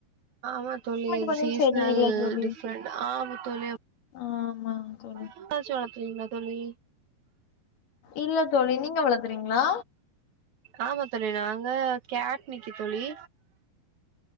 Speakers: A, on the right; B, on the left.
A: ஆமா தோழி இது
B: கொஞ்சம்
A: சீசனல்
B: சரியில்லை தோழி
A: டிஃப்ரெண்ட் ஆமா தோழி ய
B: ஆமா தோழி
A: பெட்டாச்சும் வளக்குறீங்களா தோழி
B: இல்ல தோழி நீங்க வளக்குறீங்களா
A: ஆமா தோழி நாங்க காட் நிக்கி தோழி